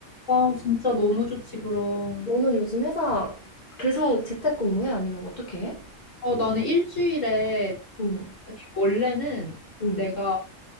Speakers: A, on the left; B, on the left.
A: 아, 진짜 너무 좋지, 그럼.
B: 너는 요즘 회사 계속 재택근무해? 아니면 어떻게 해?
A: 어, 나는 일주일에,
B: 응,
A: 아니, 원래는
B: 응,
A: 내가,